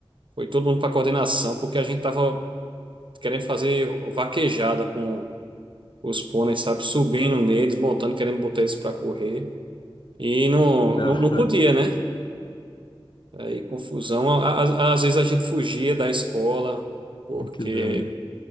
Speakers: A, on the right (about 60°); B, on the left (about 55°).
A: foi todo mundo para coordenação, porque a gente tava querendo fazer vaquejada com os pôneis, sabe? Subindo neles, montando, querendo botar eles para correr. E não,
B: Que da
A: não, não
B: hora.
A: podia, né? Aí confusão. A- a- Às vezes a gente fugia da escola, porque.
B: Ah, que da hora.